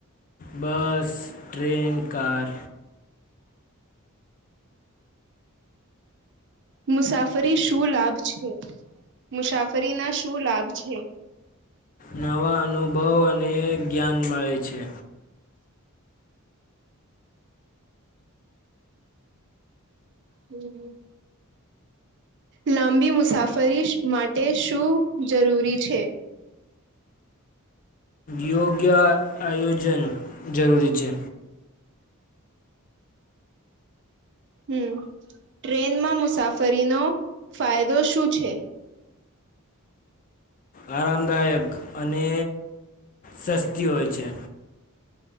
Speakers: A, on the left (about 40°); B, on the right (about 55°).
A: બસ ટ્રેન કાર
B: મુસાફરી શું લાભ છે મુસાફરી ના શું લાભ છે.
A: નવા અનુભવ અને જ્ઞાન મળે છે.
B: હમ હમ. લાંબી મુસાફરી માટે શું જરૂરી છે.
A: યોગ્ય આયોજન જરૂરી છે.
B: હમ ટ્રેનમાં મુસાફરીનો ફાયદો શું છે.
A: આરામદાયક અને સસ્તી હોય છે.